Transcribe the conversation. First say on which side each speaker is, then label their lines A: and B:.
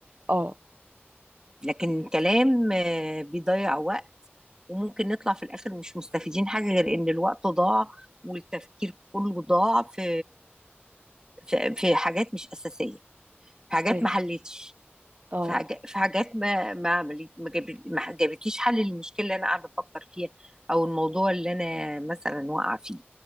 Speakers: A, on the right; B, on the right.
A: اه
B: لكن الكلام آه، بيضيع وقت وممكن نطلع في الاخر مش مستفيدين حاجه غير ان الوقت ضاع والتفكير كله ضاع في في, في حاجات مش اساسيه في حاجات
A: ايوه
B: ما حلتش
A: اه
B: في حاجات في حاجات ما ما عملت ما جاب- ما جابتليش حل للمشكله اللي انا قاعده افكر فيها او الموضوع اللي انا مثلا واقعه فيه